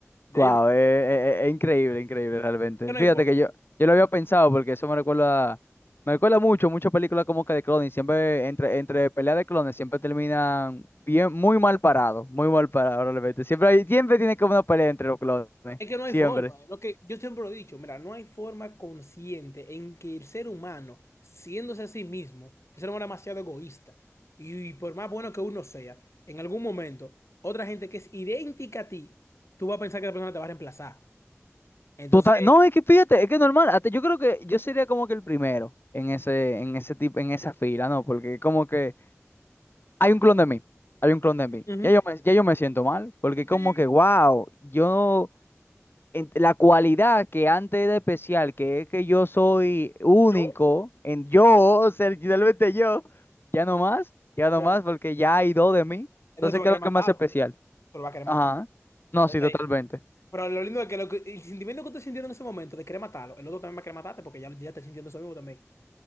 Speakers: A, on the left; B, on the left.
A: Ya
B: Guau,
A: yo,
B: es, es- es increíble, increíble realmente.
A: que no
B: Fíjate
A: hay forma.
B: que yo, yo lo había pensado porque eso me recuerda, me recuerda mucho, muchas películas como que de clones, siempre entre, entre peleas de clones siempre terminan bien, muy mal parados, muy mal parados realmente. Siempre hay, siempre tiene como una pelea entre los clones,
A: Es que no hay
B: siempre.
A: forma. eh. Lo que yo siempre lo he dicho, mira, no hay forma consciente en que el ser humano, siéndose a sí mismo, el ser humano es demasiado egoísta. Y, y por más bueno que uno sea, en algún momento, otra gente que es idéntica a ti, tú vas a pensar que la persona te va a reemplazar. Entonces,
B: Total, no, es que fíjate, es que es normal, hasta yo creo que yo sería como que el primero en ese, en ese tipo, en esa fila, ¿no? Porque como que hay un clon de mí, hay un clon de mí.
A: ujú,
B: Ya yo me, ya yo me siento mal, porque como
A: sí,
B: que, wow, yo... en- la cualidad que antes era especial, que es que yo soy único
A: yo.
B: en yo, ser literalmente yo, ya no más, ya no
A: ya.
B: más, porque ya hay dos de mí.
A: Entonces
B: Entonces,
A: tú vas
B: ¿qué
A: a querer
B: es lo
A: matarlo.
B: que me hace especial?
A: Tú lo vas a querer
B: Ajá.
A: matar.
B: No,
A: Entonces,
B: sí, totalmente.
A: pero lo lindo es que, lo que- el sentimiento que tú estás sintiendo en ese momento de querer matarlo, el otro también va a querer matarte porque ya, ya está sintiendo eso mismo también.